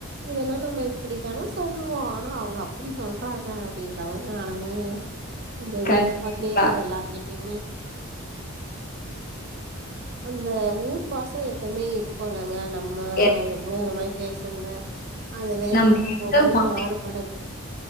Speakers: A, on the right; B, on the left.
A: இதெல்லா நம்ம இப்பிடிதான சொல்லுவோ ஆனா அவுங்க அப்பிடி சொ ல்றாங்க அப்டின்றமாரி நானுமே கொஞ்சோ வியப்பா
B: கண்டிப்பா.
A: கேப்பே எல்லார்கிட் யிமே அந்த ஊர் பாசோ எப்பமே இருக்குல்லங்க நம்ம
B: எ
A: <unintelligible> பேசன்து அது வேற
B: நம்ம
A: பக்கம்
B: எங்க
A: போம்போது
B: மா
A: மாறுபடது